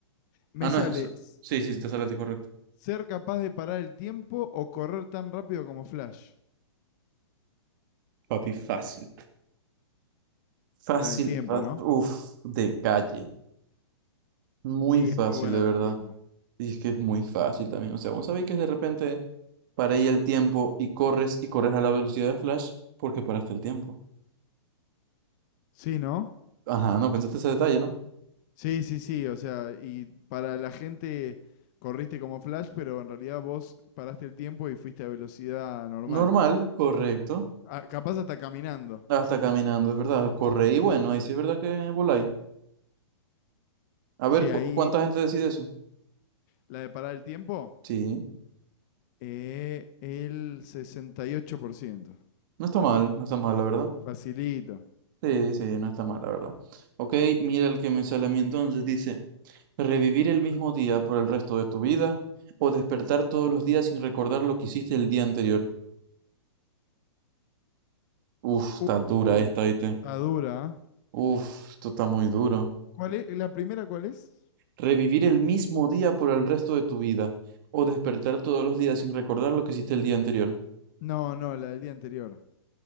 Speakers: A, on the left; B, on the right.
A: Me
B: Ah, no
A: sale
B: es eso.
A: s-
B: Sí, sí, te sale a ti, correcto.
A: ser capaz de parar el tiempo o correr tan rápido como Flash.
B: Papi, fácil. Fácil,
A: La del tiempo,
B: fácil.
A: ¿no?
B: Uf, de calle. Muy
A: Y
B: fácil,
A: es muy buena
B: de
A: la
B: verdad.
A: del tiempo.
B: Y es que es muy fácil también. O sea, vos sabéis que de repente Paré y el tiempo y corres y corres a la velocidad de Flash porque paraste el tiempo.
A: Sí, ¿no?
B: Ajá, no pensaste ese detalle, ¿no?
A: Sí, sí, sí. O sea, y para la gente corriste como Flash, pero en realidad vos paraste el tiempo y fuiste a velocidad normal.
B: Normal, correcto.
A: Ah, capaz hasta caminando.
B: Hasta caminando, es verdad. Corre y bueno, ahí sí es verdad que voláis. A ver,
A: Sí,
B: ¿cu-
A: ahí
B: ¿cuánta gente decide eso?
A: la de parar el tiempo,
B: Sí,
A: eh, el 68%.
B: no está mal, no está mal, la verdad.
A: Facilito.
B: Sí, sí, no está mal, la verdad. Ok, mira el que me sale a mí entonces. Dice, revivir el mismo día por el resto de tu vida o despertar todos los días sin recordar lo que hiciste el día anterior. Uf, está
A: Uh,
B: dura esta, ¿viste?
A: está dura, ¿ah?
B: Uf, esto está muy duro.
A: ¿Cuál es? ¿La primera cuál es?
B: revivir el mismo día por el resto de tu vida, o despertar todos los días sin recordar lo que hiciste el día anterior.
A: No, no, la del día anterior.